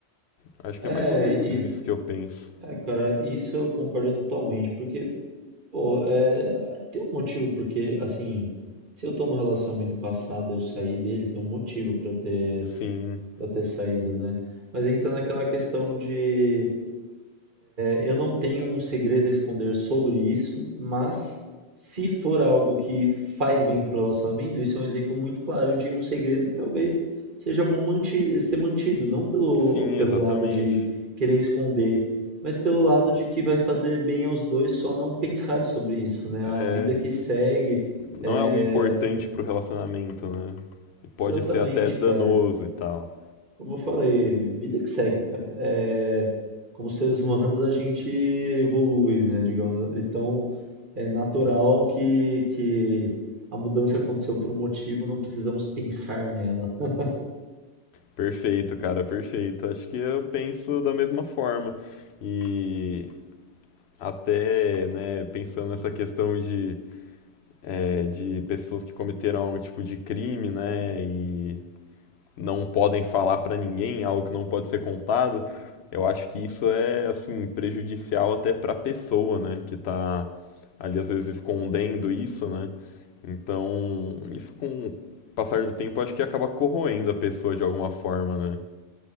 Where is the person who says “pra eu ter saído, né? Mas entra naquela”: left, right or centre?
Right